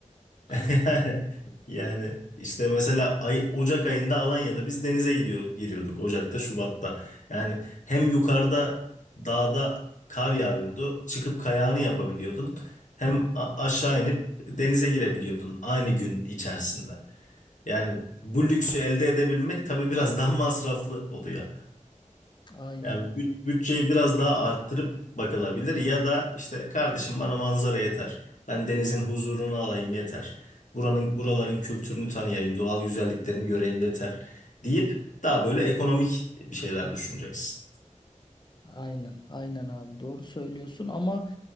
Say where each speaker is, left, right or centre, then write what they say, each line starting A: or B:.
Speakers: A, on the left (about 70°); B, on the left (about 35°).
A: <laughs>
B: A-
A: Yani işte mesela ay, Ocak ayında Alanya'da biz denize gidiyor giriyorduk Ocak'ta Şubat'ta. Yani hem yukarıda dağda kar yağıyordu. Çıkıp kayağını yapabiliyordun. Hem a- aşağı inip denize girebiliyordun aynı gün içerisinde. Yani bu lüksü elde edebilmek tabii biraz daha masraflı oluyor.
B: aynen
A: Yani bü- bütçeyi biraz daha arttırıp bakılabilir ya da işte kardeşim bana manzara yeter. Ben denizin huzurunu alayım yeter. Buranın buraların kültürünü tanıyayım, doğal güzelliklerini göreyim yeter deyip daha böyle ekonomik bir şeyler düşüneceksin.
B: Aynen, aynen abi doğru söylüyorsun ama